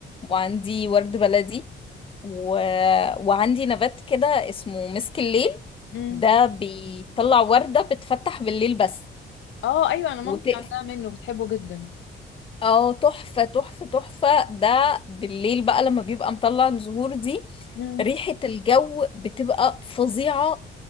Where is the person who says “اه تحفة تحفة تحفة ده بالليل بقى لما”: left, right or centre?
Left